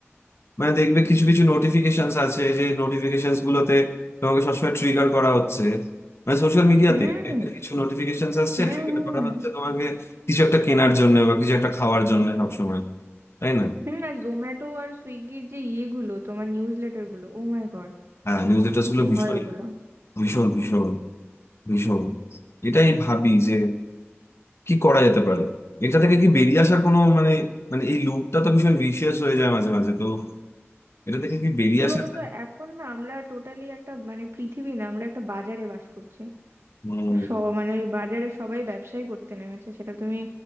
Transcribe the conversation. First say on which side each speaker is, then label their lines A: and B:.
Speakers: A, on the left (about 65°); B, on the right (about 70°).
A: মানে দেখবে কিছু কিছু নোটিফিকেশন আছে যে নোটিফিকেশন গুলোতে তোমাকে সবসময় ট্রিগার করা হচ্ছে মানে সোশ্যাল মিডিয়াতে
B: হুম হুম
A: কিছু নোটিফিকেশন আসছে
B: হুম
A: ট্রিগার করা হচ্ছে তোমাকে কিছু একটা কেনার জন্য বা কিছু একটা খাওয়ার জন্য সবসময় তাই না
B: হুম আর জোম্যাটো আর সুইগির যে ইয়েগুলো তোমার নিউজ লেটার গুলো ও মাই গড
A: হ্যাঁ নিউজ লেটার্স গুলো
B: কি
A: ভীষণ
B: হয় ওগুলো
A: ভীষণ ভীষণ ভীষণ এটাই ভাবি যে কি করা যেতে পারে এটা থেকে কি বেরিয়ে আসার কোনো মানে মানে এই লুপটা তো ভীষণ ভিশিয়াস হয়ে যায় মাঝে মাঝে তো এটা থেকে কি বেরিয়ে
B: কি
A: আসা
B: বলতো
A: যায়?
B: এখন না আমরা টোটালি একটা মানে পৃথিবী না আমরা একটা বাজারে বাস করছি
A: হুম
B: সব মানে ওই বাজারে সবাই ব্যবসাই করতে নেমেছে সেটা তুমি